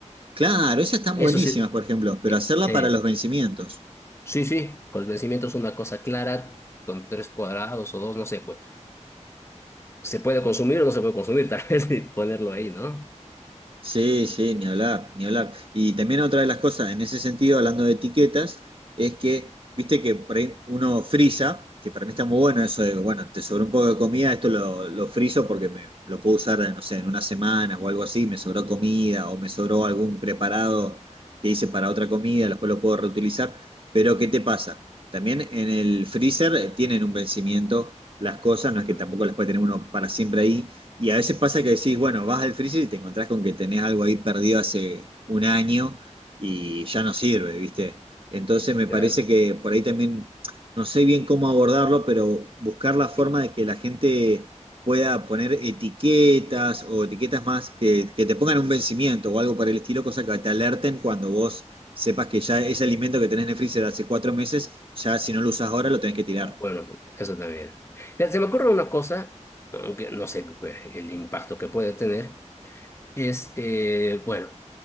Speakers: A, on the right (about 45°); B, on the left (about 20°).
A: claro, esas están
B: Eso
A: buenísimas,
B: sí,
A: por ejemplo, pero
B: eh,
A: hacerla
B: eh,
A: para los vencimientos.
B: sí, sí, con los vencimientos una cosa clara, con tres cuadrados o dos, no sé, pues, ¿se puede consumir o no se puede consumir? <laughs> Tal vez y ponerlo ahí, ¿no?
A: Sí, sí, ni hablar, ni hablar. Y también otra de las cosas, en ese sentido, hablando de etiquetas, es que, viste que por ahí uno frisa, que para mí está muy bueno eso de, bueno, te sobró un poco de comida, esto lo, lo friso porque me, lo puedo usar, no sé, en una semana o algo así, me sobró comida o me sobró algún preparado que hice para otra comida, después lo puedo reutilizar. Pero, ¿qué te pasa? También en el freezer eh, tienen un vencimiento las cosas, no es que
B: Mm,
A: tampoco las puede tener uno para siempre ahí. Y a veces pasa que decís, bueno, vas al freezer y te encontrás con que tenés algo ahí perdido hace un año y ya no sirve, ¿viste? Entonces me parece
B: Claro.
A: que por ahí también, no sé bien cómo abordarlo, pero buscar la forma
B: Sí,
A: de que la gente pueda poner etiquetas o etiquetas más que, que te pongan un vencimiento o algo para el estilo, cosa que te alerten cuando vos sepas que ya ese alimento que tenés en el freezer hace cuatro meses, ya si no lo usás ahora lo tenés que tirar.
B: Bueno, eso también. Mira, Se me ocurre una cosa, aunque no sé qué- el impacto que puede tener, es, eh, bueno,